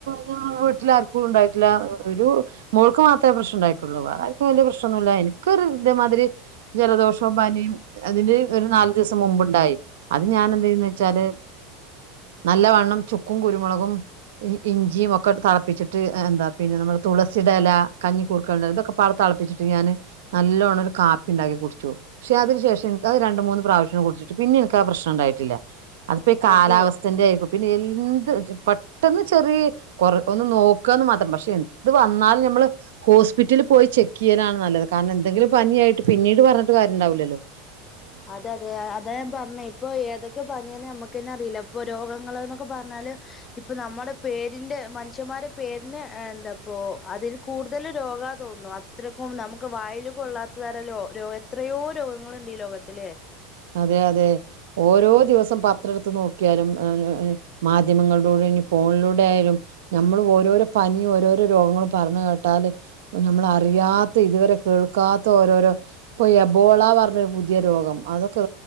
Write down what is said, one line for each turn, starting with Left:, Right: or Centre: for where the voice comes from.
Right: ഞങ്ങ ളെ വീട്ടിലാർക്ക ക്കു ണ്ടായിട്ടില്ല ഒരു മോൾക്ക് മാത്രമേ പ്രശ്നം ഉണ്ടായിട്ടുള്ളൂ വേറെ ആർക്കും വലിയ പ്രശ്നംന്നുല്ല എനിക്കൊ ഒരു ഇതേമാതിരി ജലദോഷം പനിം അതിന്റെ ഒരു നാല് ദിവസം മുമ്പുണ്ടായി അത് ഞാൻ എന്ത ചെയ്യന്ന് വെച്ചാല് നല്ല വണ്ണം ചുക്കും കുരുമുളകും ഇഞ്ചിയും ഒക്കെ തിളപ്പിച്ചിട്ട് എന്താ പിന്നെ നമ്മുടെ തുളസിടെ ഇല കഞ്ഞിക്കൂർക്കൽന്റ ഇതൊക്കെ പാട ത്തളപ്പിച്ചിട്ട് ഞാന് നല്ലോണ്ണം ഒരു കാപ്പി ഉണ്ടാക്കി കുടിച്ചു ക്ഷേ അതിന ശേഷം ൻക്ക് അത് രണ്ട് മൂന്ന് പ്രാവശ്യം കുട്ച്ചിട്ട് പിന്നെ ഇൻക് ആ പ്രശ്നംണ്ടായിട്ടില്ല ഇപ്പ കാലാവസ്ഥന്റെ
Left: അപ്പൊ
Right: ആയിക്കും പിന്നെ എന്ത് പെട്ടെന്ന് ചെറിയ കൊറ ഒന്ന് നോക്കുകന്ന് മാത്രം പക്ഷെ എന്ത് വന്നാലും നമ്മള് ഹോസ്പിറ്റലിൽ പോയി ചെക്ക് ചെയ്യാനാണ് നല്ലത് കാരണം എന്തെങ്കിലും പനിയായിട്ട് പിന്നീട് പറഞ്ഞിട്ട് കാര്യംണ്ടാവില്ലല്ലോ
Left: അതെ അതെ അത ഞൻ പറഞ്ഞത് ഇപ്പൊ ഏതൊക്കെ പനിയാണെന്ന് നമുക്ക്ന്നെ അറിയില്ല ഇപ്പൊ രോഗങ്ങൾന്നൊക്കെ പറഞ്ഞാല് ഇപ്പൊ നമ്മുടെ പേരിന്റെ മനുഷ്യന്മാരുടെ പേരിന് എന്താപ്പോ അതിൽ കൂടുതൽ രോഗ തോന്നുന്നു എത്രക്കും നമുക്ക് വായില കൊ കൊള്ളാത്ത തര ല ര എത്രയോ രോഗങ്ങളുണ്ട് ഈ ലോകത്തിലെ
Right: അതെ അതെ ഓരോ ദിവസം പത്ര എടുത്ത് നോക്കിയാലും <unintelligible> മാധ്യമങ്ങളിലൂടെ ഇനി ഫോണിലൂടെ ആയാലും നമ്മള് ഓരോരോ പനി ഓരോരോ രോഗങ്ങളും പറഞ്ഞു കേട്ടാല് ഇപ്പാ നമ്മൾ അറിയാത്ത ഇതുവരെ കേൾക്കാത്ത ഓരോരോ ഇപ്പൊ എബോള പറഞ്ഞൊരു പുതിയ രോഗം അതൊക്കെ